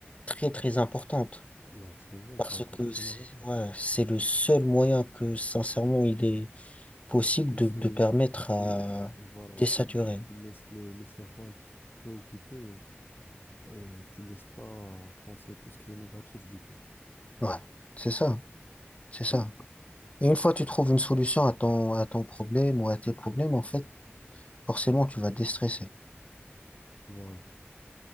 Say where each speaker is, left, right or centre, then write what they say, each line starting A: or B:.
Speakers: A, on the left (about 30°); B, on the left (about 55°).
A: très très importante
B: Ouais, c'est vrai,
A: parce
B: t'as, t'as
A: que
B: totalement
A: c'est
B: raison.
A: ouais, c'est le seul moyen que sincèrement il est possible
B: Tu
A: de,
B: sais,
A: de permettre à
B: de, voilà,
A: désaturer.
B: tu, tu laisses le, le cerveau un peu préoccupé et, tu le laisses pas penser tout ce qui est négatif du coup.
A: Ouais, c'est ça, c'est ça. Et une fois que tu trouves une solution à ton, à ton problème ou à tes problèmes, en fait, forcément tu vas déstresser.
B: Voilà.